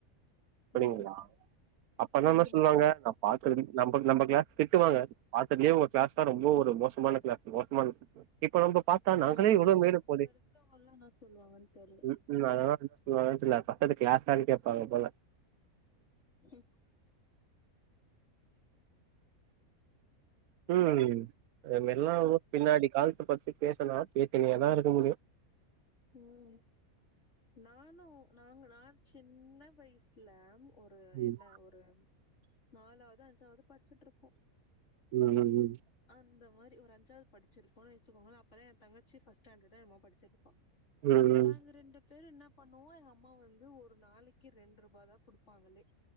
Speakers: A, on the right; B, on the left.
A: அப்படிங்களா
B: ம்
A: அப்பன்னாமா
B: ம்
A: சொல்லுவாங்க நா பாக்குறது நம்ப நம்ம கிளாஸ் திட்டுவாங்க பாத்ததுலயே ஒங்க கிளாஸ் தான் ரொம்ப ஒரு மோசமான கிளாஸு மோசமான கிளாஸு இப்ப நம்ப பாத்தா நாங்களே
B: ம் அப்ப
A: எவ்வளோ
B: இவ்
A: மேலு போலயே
B: இப்ப இருக்கிறவங்கல்லா என்ன சொல்லுவாங்கன்னு தெர்ல
A: உம் நாங்கள திட்டு வாங்குனதுல பக்கத்து கிளாஸானு கேப்பாங்க போல
B: ம்
A: உம் நம்மெல்லா ஊர் பின்னாடி காலத்த பத்தி பேசுனா பேசினேதா இருக்க முடியு
B: உம் நானூ நாங்களா சின்ன வயசு சுலா ஒரு
A: ம்
B: என்ன ஒரு நாலாவது அஞ்சாவது படிச்சிட்ருப்போ
A: உம் உம் உம்
B: அந்த மாரி ஒரு அஞ்சாவது படிச்சிருப்போனு வச்சுக்கோங்களே அப்பதா ஏ தங்கச்சி ஃபஸ்ட் ஸ்டேண்டடோ என்னமோ படிச்சிட்ருப்பா
A: ம் ம்
B: நாங்க
A: ம்
B: ரெண்டு பேரு என்ன பண்ணுவோ எங்க அம்மா வந்து ஒரு நாளைக்கி ரெண்ட் ருபாதா குடுப்பாங்களே